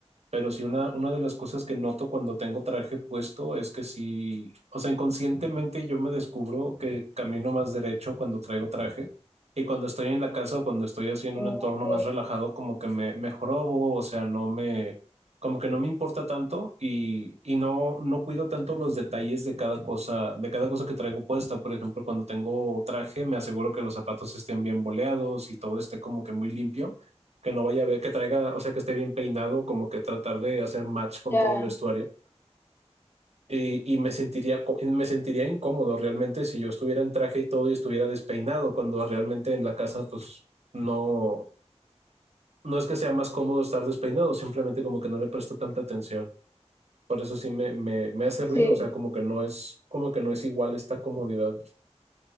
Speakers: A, on the right (about 65°); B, on the left (about 20°).
A: Pero sí, una, una de las cosas que noto cuando tengo traje puesto es que sí, o sea, inconscientemente yo me descubro que camino más derecho cuando traigo traje y cuando estoy en la casa o cuando estoy así en
B: Ok,
A: un entorno más relajado, como que me, me jorobo, o sea, no me, como que no me importa tanto y, y no, no cuido tanto los detalles de cada cosa, de cada cosa que traigo puesta. Por ejemplo, cuando tengo traje, me aseguro que los zapatos estén bien boleados y todo esté como que muy limpio que no vaya a ver, que traiga, o sea, que esté bien peinado, como que tratar de hacer match con
B: ya,
A: todo el vestuario. Y, y me sentiría, co- me sentiría incómodo realmente si yo estuviera en traje y todo y estuviera despeinado, cuando realmente en la casa, pues no, no es que sea más cómodo estar despeinado, simplemente como que no le presto tanta atención. Por eso sí me, me, me hace
B: sí.
A: ruido, o sea, como que no es, como que no es igual esta comodidad.